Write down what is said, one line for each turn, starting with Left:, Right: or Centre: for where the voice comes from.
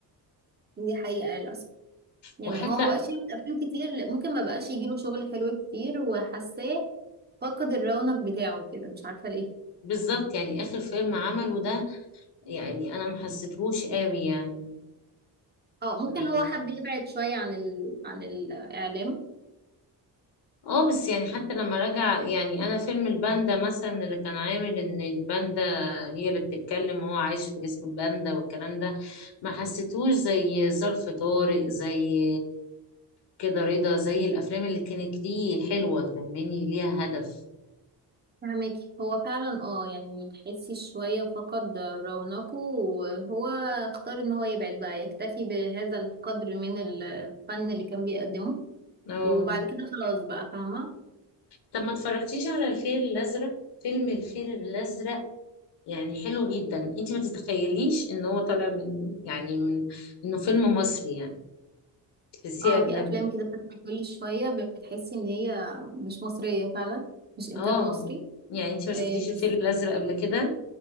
Right: دي حقيقه للاسف يعني
Left: وحتى
Right: هو ما بقاش يعمل افلام كتير ممكن ما بقاش يجيله شغل حلو كتير وحاساه فقد الرونق بتاعه كده مش عارفة ليه
Left: بالظبط يعني اخر فيلم عمله ده يعني انا ما حسيتهوش قوي يعني
Right: اه ممكن
Left: لا.
Right: هو حب يبعد شوية عن ال... عن الإعلام
Left: اه بس يعني حتى لما رجع يعني انا فيلم الباندا مثلا اللي كان عامل ان الباندا هي اللي بتتكلم وهو عايش في جسم الباندا والكلام ده ما حسيتهوش زي ظرف طارق زي كده رضا زي الافلام اللي كانت ليه حلوة فاهماني ليها هدف
Right: فهمك هو فعلا اه يعني تحسي شوية فقد رونقه وهو اختار ان هو يبعد بقى يكتفي بهذا القدر من الفن اللي كان بيقدمه
Left: اه
Right: وبعد كده خلاص بقى فاهمة
Left: طب ما اتفرجتيش على الفيل الازرق فيلم الفيل الازرق يعني حلو جدا انت ما تتخيليش ان هو طالع من يعني من انه فيلم مصري يعني تحسيه
Right: اه
Left: اجنبي
Right: في افلام كده بتطلع كل شوية بتحسي ان هي مش مصرية فعلا مش انتاج
Left: اه
Right: مصري
Left: يعني انت ما
Right: آه،
Left: شفتيش الفيل
Right: بس
Left: الازرق قبل كده